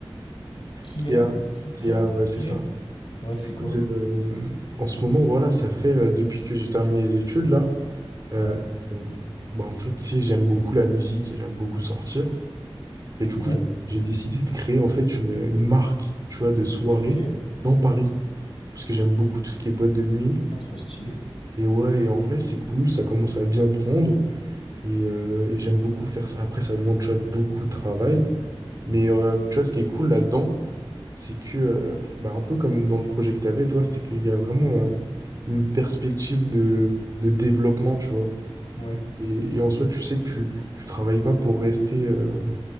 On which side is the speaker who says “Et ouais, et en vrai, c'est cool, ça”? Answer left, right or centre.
Right